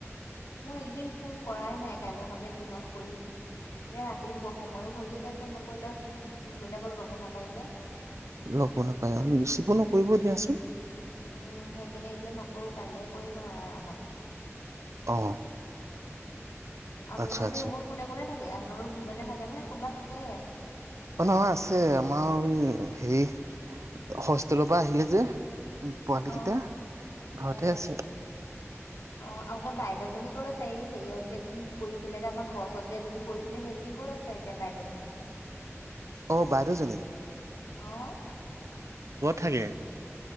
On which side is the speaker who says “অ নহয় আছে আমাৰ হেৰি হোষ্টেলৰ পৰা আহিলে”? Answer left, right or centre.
Right